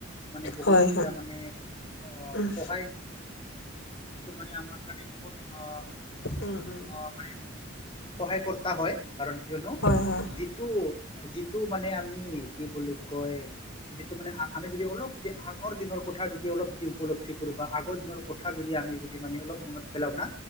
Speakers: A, on the left; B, on the left.
A: মানে বহুত
B: হয়
A: এটা
B: হয়
A: মানে আহ
B: উম
A: সহায় একটো মানে আমাৰ কাৰণে বহুত আহ
B: উম উম
A: আহ মানে সহায় কৰা হয় কাৰণ কিয়নো
B: হয় হয়
A: যিটো যিটো মানে আমি কি বুলি কয় যিটো মানে আমি যদি অলপ যদি আগৰ দিনৰ কথা যদি অলপ যদি উপল্ধি কৰো বা আগৰ দিনৰ কথা যদি আমি যদি অল মনত পেলাও না